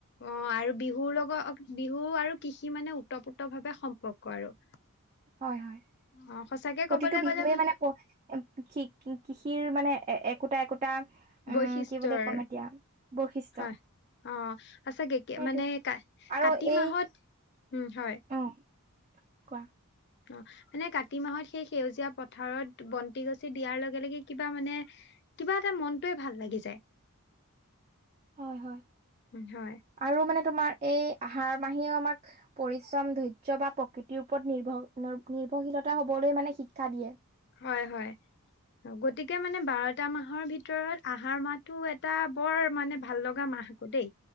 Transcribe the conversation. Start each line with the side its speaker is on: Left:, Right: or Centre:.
Left: অ' আৰু বিহুৰ লগত, বিহু আৰু কৃষি মানে ওতপ্ৰোত ভাৱে সম্পৰ্ক আৰু।
Right: হয় হয়।
Left: অ সঁচাকে
Right: প্ৰতিটো
Left: কবলৈ
Right: বিহুৱেই
Left: গ'লে ম-
Right: মানে <unintelligible> কৃষিৰ মানে এ-একোটা একোটা উম,
Left: বৈশিষ্ট্যৰ
Right: কি বুলি ক'ম এতিয়া বৈশিষ্ট্য
Left: হয়। অ' সঁচাকেগে
Right: সেইটোৱে
Left: মানে কা-কাতি
Right: আৰু এই
Left: মাহত উম, হয়।
Right: অ' কোৱা?
Left: অ' মানে কাতি মাহত সেই সেউজীয়া পথাৰত বন্তি গছি দিয়াৰ লগে লগে কিবা মানে কিবা এটা মনটোৱে ভাল লাগি যায়।
Right: হয় হয়
Left: হয়।
Right: আৰু মানে তোমাৰ এই আহাৰ মাহেও আমাক পৰিশ্ৰম, ধৈৰ্য বা প্ৰকৃতিৰ ওপৰত নিৰ্ভৰ নিৰ্ভৰশীলতা হ'বলৈ মানে শিক্ষা দিয়ে।
Left: হয় হয়। গতিকে মানে বাৰটা মাহৰ ভিতৰত আহাৰ মাহটো এটা বৰ মানে ভাল লগা মাহ। দেই।